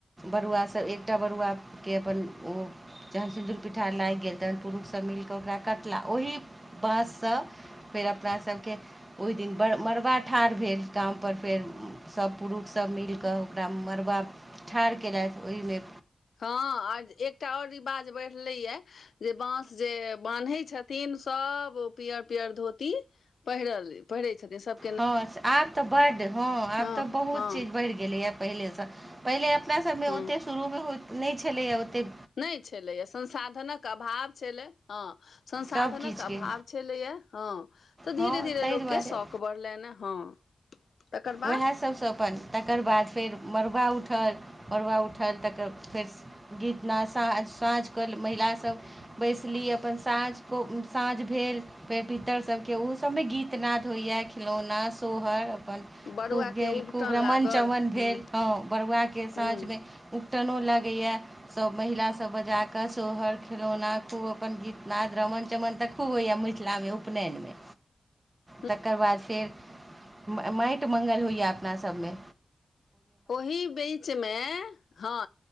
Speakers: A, on the right; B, on the left.
A: बरूआ त एकटा बरुआके अपन ओ जखन सिन्दूर पिठार लागि गेल तखन पुरुषसभ मिलि क ओकरा कटलाह ओही बाँस सँ फेर अपना सभ के ओहि दिन बड़ मड़बा ठाढ़ भेल काम पर फेर सभ पुरुख सभ मिलि क ओकरा मड़बा ठाढ़ कयलथि ओहि मे
B: हँ आ एकटा आओर रिवाज बढ़लै ये जे बाँस जे बान्है छथिन सभ पियर पियर धोती पहिरल पहिरैत छथिन सभ
A: हँ आब त बड हँ आब
B: हँ
A: त बहुत
B: हँ
A: चीज बढ़ि गेलैय पहिले सँ पहिले अपना सभ मे
B: हँ
A: ओतेक शुरू मे होइत नहि छलैए ओतेक
B: नहि छलैए संसाधनक अभाव छलै हँ संसाधनक
A: सब किछुके
B: अभाव छलैए हँ त
A: हँ
B: धीरे धीरे
A: ताहि
B: लोकके
A: दुआरे
B: शौक बढ़लनि हँ तकर बाद
A: उएह सभसँ अपन तकर बाद फेर मड़बा उठल मड़बा उठल तकर फेर गीतनाद साँ साँझ के महिला सभ बैसली अपन साँझ क साँझ भेल फेर पितरसभ के ओहो सभ मे गीतनाद होइए खिलौना सोहर अपन
B: बड़ुआके
A: खूब गेल
B: उबटन
A: खूब रमन
B: लागल
A: चवन भेल
B: हूँ
A: हँ बरुआ के साँझमे
B: हूँ
A: उकटनो लागैये सभ महिलासभ बजा क सोहर खिलौना खूब अपन गीतनाद रमन चमन देख खू होइए मिथिलामे उपनयनमे
B: ह
A: तकर बाद फेर माटि मंगल होइए अपनासभ मे
B: ओहि बीच मे हँ